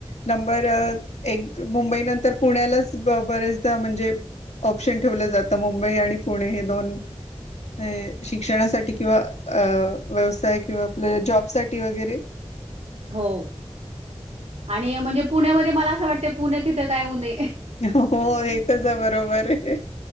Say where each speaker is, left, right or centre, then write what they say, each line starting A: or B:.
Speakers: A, on the left; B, on the right.
A: नंबर एक मुंबई नंतर पुण्यालाच बरेचदा म्हणजे ऑप्शन ठेवलं जातं. मुंबई आणि पुणे हे दोन हे शिक्षणासाठी किंवा अ व्यवसाय किंवा जॉबसाठी वगैरे
B: हो आणि म्हणजे पुण्यामध्ये मला असं वाटते पुणे तिथं काय ऊने
A: हां हां होय तुजं आहे बरोबर आहे